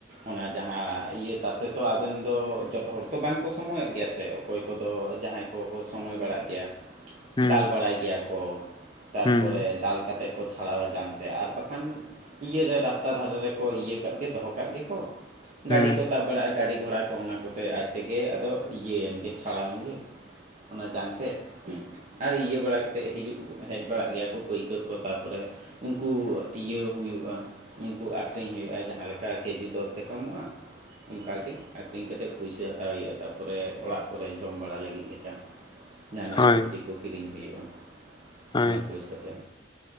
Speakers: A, on the right; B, on the left.
A: ᱚᱱᱟ ᱡᱟᱦᱟᱸ ᱤᱭᱟᱹ ᱛᱟᱥᱮ ᱛᱚ ᱟᱵᱮᱱ ᱫᱚ ᱡᱚᱛᱚ ᱦᱚᱲ ᱛᱚ ᱵᱟᱝ ᱠᱚ ᱥᱚᱢᱚᱭ ᱼᱚᱜ ᱜᱮᱭᱟ ᱥᱮ ᱚᱠᱚᱭ ᱠᱚᱫᱚ ᱡᱟᱦᱟᱸᱭ ᱠᱚᱠᱚ ᱥᱚᱢᱚᱭ ᱵᱟᱲᱟᱜ ᱜᱮᱭᱟ
B: ᱦᱩᱸ
A: ᱫᱟᱞ ᱵᱟᱲᱟᱭ ᱜᱮᱭᱟ ᱠᱚ ᱛᱟᱨᱯᱚᱨᱮ
B: ᱦᱩᱸ
A: ᱫᱟᱞ ᱠᱟᱛᱮ ᱠᱚ ᱪᱷᱟᱲᱟᱣᱟ ᱡᱟᱝ ᱛᱮ ᱟᱨ ᱵᱟᱠᱷᱟᱱ ᱤᱭᱟᱹᱨᱮ ᱨᱟᱥᱛᱟ ᱫᱷᱟᱨᱮ ᱨᱮᱠᱚ ᱤᱭᱟᱹ ᱠᱟᱜ ᱜᱮ ᱫᱚᱦᱚ ᱠᱟᱜ ᱜᱮᱠᱚ
B: ᱦᱩᱸ
A: ᱜᱟᱹᱰᱤ ᱠᱚ ᱛᱟᱵ ᱵᱟᱲᱟᱜᱼᱟ ᱜᱟᱹᱰᱤ ᱜᱷᱚᱲᱟ ᱠᱚ ᱚᱱᱟ ᱠᱚᱛᱮ ᱟᱡ ᱛᱮᱜᱮ ᱟᱫᱚ ᱤᱭᱟᱹᱭᱮᱱ ᱜᱮ ᱪᱷᱟᱲᱟᱣᱮᱱ ᱜᱮ ᱚᱱᱟ ᱡᱟᱝ ᱛᱮᱫ ᱟᱨ ᱤᱭᱟᱹ ᱵᱟᱲᱟ ᱠᱟᱛᱮᱫ ᱦᱤᱡᱩᱜ ᱦᱮᱡ ᱵᱟᱲᱟᱜ ᱜᱮᱭᱟ ᱠᱚ ᱯᱟᱹᱭᱠᱟᱹᱨ ᱠᱚ ᱛᱟᱨᱯᱚᱨᱮ ᱩᱱᱠᱩ ᱤᱭᱟᱹ ᱦᱩᱭᱩᱜᱼᱟ ᱩᱱᱠᱩ ᱟᱠᱷᱨᱤᱧ ᱦᱩᱭᱩᱜᱼᱟ ᱡᱟᱦᱟᱸ ᱞᱮᱠᱟ ᱠᱮᱡᱤ ᱫᱚᱨ ᱛᱮᱠᱚ ᱮᱢᱚᱜᱼᱟ ᱚᱱᱠᱟᱟᱜ ᱜᱮ ᱟᱠᱷᱨᱤᱧ ᱠᱟᱛᱮᱜ ᱯᱩᱭᱥᱟᱹ ᱦᱟᱛᱟᱣ ᱦᱩᱭᱩᱜᱼᱟ ᱛᱟᱯᱚᱨᱮ ᱚᱲᱟᱜ ᱠᱚᱨᱮ ᱡᱚᱢ ᱵᱟᱲᱟ ᱞᱟᱹᱜᱤᱫ ᱞᱮᱠᱟ ᱡᱟᱦᱟᱱᱟᱜ
B: ᱦᱳᱭ
A: ᱥᱚᱵᱽᱡᱤ ᱠᱚ ᱠᱤᱨᱤᱧ ᱦᱩᱭᱩᱜᱼᱟ
B: ᱦᱳᱭ
A: ᱚᱱᱟ ᱯᱚᱭᱥᱟ ᱛᱮ